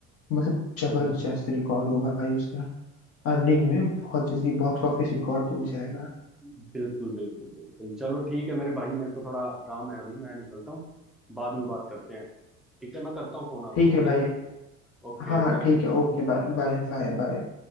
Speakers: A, on the left (about 35°); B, in the centre.
A: मतलब जबरदस्त
B: हम्म
A: रिकॉर्ड होगा भाई उसका अर्निंग में बहुत जल्दी बॉक्स ऑफिस रिकॉर्ड टूट जाएगा
B: बिल्कुल बिल्कुल बिल्कुल चलो ठीक है मेरे भाई मेरे को थोड़ा काम है अभी मैं निकलता हूँ बाद में बात करते हैं ठीक है मैं करता हूँ फोन आपको
A: ठीक है
B: ओके
A: भाई
B: Okay
A: हाँ हाँ
B: bye
A: ठीक है okay bye bye bye bye